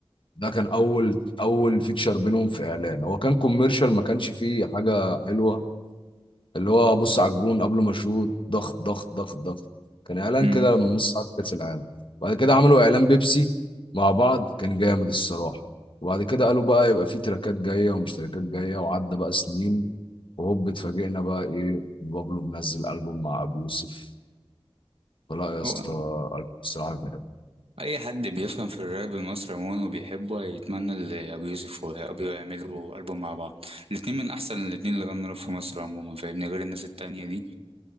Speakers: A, on the left; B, on the right.
A: ده كان اول اول فيتشر بينهم في اعلان هو كان كوميرشال ما كانش فيه حاجه حلوه اللي هو بص على الجون قبل ما اشوط ضغط ضغط ضغط ضغط كان اعلان
B: امم
A: كده من نص ساعه كاس العالم بعد كده عملوا اعلان بيبسي مع بعض كان جامد الصراحه وبعد كده قالوا بقى يبقى فيه تراكات جايه ومش تراكات جايه وعدى بقى سنين وهوب اتفاجئنا بقى ايه بابلو بنزل البوم مع ابو يوسف فلا يا اسطى
B: هو
A: البوم الصراحه
B: اي حد بيفهم في الراب المصري عموما وبيحبه هيتمنى اللي ابو يوسف وابي يعملوا البوم مع بعض الاتنين من احسن الاتنين اللي غنوا راب في مصر عموما فاهمني غير الناس التانية دي